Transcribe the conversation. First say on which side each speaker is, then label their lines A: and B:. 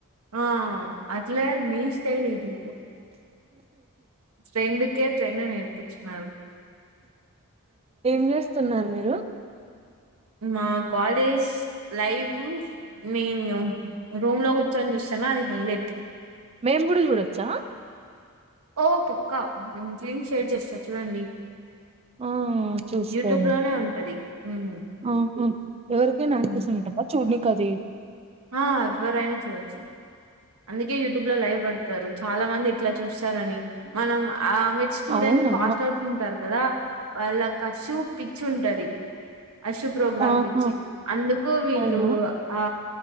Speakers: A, on the right; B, on the right.
A: ఆ అట్లే మీ స్టైలిది ట్రెండుకే ట్రెండ్ నేర్పిచినారు
B: ఏం చేస్తున్నారు మీరు
A: మా కాలేజ్ లైవ్ మెన్యూ రూమ్ లో కూర్చొని చూస్తానా అది హైలైట్
B: మేము కూడా చూడొచ్చా
A: ఓ పక్కా లింక్ షేర్ చేస్తా చూడండి
B: ఆ చూస్తాను
A: యూట్యూబ్ లోనే ఉంటది హ్మ్.
B: ఆహా ఎవరికే యాక్సెస్
A: హ్మ్.
B: చూడనికి ఆది
A: ఆ ఎవరు అయిన చూడొచ్చు అందుకే యూట్యూబ్ లో లైవ్ పెడతారు చాలా మంది ఇట్లా చూస్తారని మనం ఆ మెడ్ స్టూడెంట్
B: అవునా
A: పాస్ అవుట్ ఉంటారు కదా వాళ్ళ కసి పిచ్చి ఉంటది అశు ప్రోగ్రామ్
B: ఆహా
A: పిచ్చి అందుకు వీళ్ళు
B: అవునా
A: ఆ